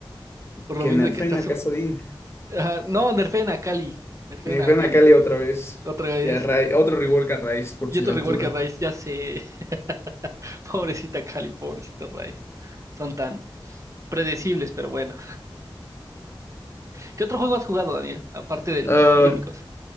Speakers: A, on the right; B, on the left.
A: por lo
B: Que
A: mismo
B: nerfeen
A: de que está
B: a
A: su...
B: Casadin.
A: Ajá, no, nerfeen a Cali, nerfeen
B: Nerfeen
A: a Cali,
B: a Cali otra vez.
A: otra vez,
B: Y a Rai-
A: y
B: otro rework a Raiz, por si
A: otro
B: las
A: rework
B: dudas.
A: a Rice, ya sé, <laughs> pobrecita Cali, pobrecito Rice, son tan predecibles, pero bueno. ¿Qué otro juego has jugado, Daniel, aparte de los
B: Ah,
A: típicos?